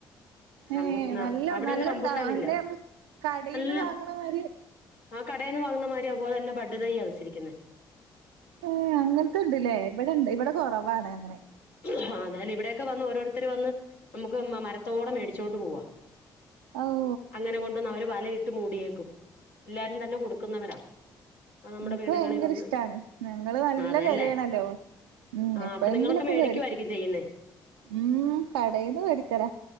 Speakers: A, on the right; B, on the left.
A: ഏ
B: റംബൂ
A: നല്ലോം
B: അവിടെയൊന്നും
A: നല്ലോണ്ടാവോ
B: റംബൂട്ടാനില്ല
A: നല്ലത് മ്മള് കടേന്ന്
B: അല്ല
A: വാങ്ണ മാരി
B: ആഹ് കടേന്ന് വാങ്ങുന്ന മാരി അത് പോലെ തന്നെ ബഡ് തെയ്യാ വെച്ചിരിക്ക്ന്നെ
A: ഏഹ് അങ്ങൻത്തെണ്ട്ലെ ഇവടെണ്ട് ഇവടെ കൊറവാണ് അങ്ങനെ
B: ആഹ് അതെലെ ഇവടെയൊക്കെ വന്ന് ഓരോരുത്തര് വന്ന് നമ്മക്ക് മ മരത്തോടെ മേടിച്ചോണ്ട് പോവാ
A: ഔ
B: അങ്ങനെ കൊണ്ടന്ന് അവര് വലയിട്ട് മൂടിയേക്കും എല്ലാരും തന്നെ കൊടുക്കുന്നവരാ അപ്പ നമ്മുടെ
A: ഇൻക്ക്
B: വീടുകളിൽ
A: ഭയങ്കര
B: വന്ന്
A: ഇഷ്ടാണ് ഞങ്ങള് നല്ല
B: അതെല്ലേ
A: വെലേണല്ലോ ഉം
B: ആ
A: എപ്പഴെങ്കിലൊക്കെ
B: അവിടെ നിങ്ങളൊക്കെ മേടിക്കുവായിരിക്കും
A: വേടിക്കും
B: ചെയ്യുന്നേ
A: ഉം കടേന്ന് വേടിക്കല